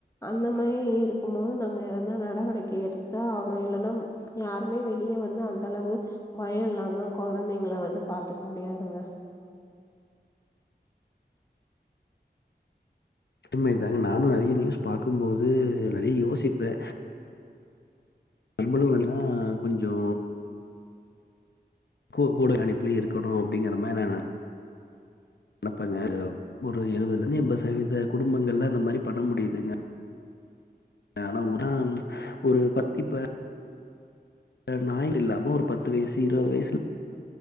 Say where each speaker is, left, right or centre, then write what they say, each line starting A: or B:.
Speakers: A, on the left (about 15°); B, on the left (about 75°).
A: அந்த மாயி இருக்கும்மோத் நம்ம எதனா நட வடிக்கை எடுத்தா ஆவ்னு இல்லன்னம் யாருமே வெளிய வந்து அந்தளவு பயோ இல்லாம கொழந் திங்கள வந்து பாத்துக் முடியாதுங்க
B: இதுமேரி எதாச்சு நானு நெறிய நியூஸ் பாக்கும்போது நறி யோசிப்பே நம்பளு வேண்ணா கொஞ்சோ கு கூட கணிப்புலே இருக்கணு அப்படிங்கற மாரி நா நெ னப்பங்க ஒரு எழுவத்லந்து எம்பது சதவீத குடும்பங்கள்ல இந்த மாரி பண்ண முடிதுங்க ஆனா உதா ஒரு பத்திப்ப நாய்ங்க இல்லாம ஒரு பத்து வயசு இருபது வயசு